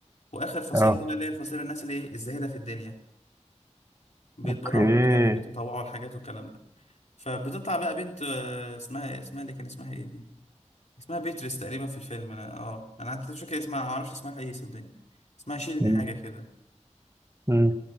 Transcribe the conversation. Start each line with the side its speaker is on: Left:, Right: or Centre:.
Left: واخر فصيله
Right: اه
Left: دي بقى اللي هي الفصيله الناس اللي ايه الزاهده في الدنيا بيتبرعوا
Right: اوكي
Left: بحاجات وبيتطوعوا لحاجات والكلام ده فبتطلع بقى بنت آه، اسمها اسمها اللي كان اسمها ايه دي اسمها بيتريس تقريبا في الفيلم انا اه انا حتى مش فاكر اسمها ما اعرفش اسمها ايه صدقني اسمها شيرين
Right: مم.
Left: حاجه كده
Right: مم.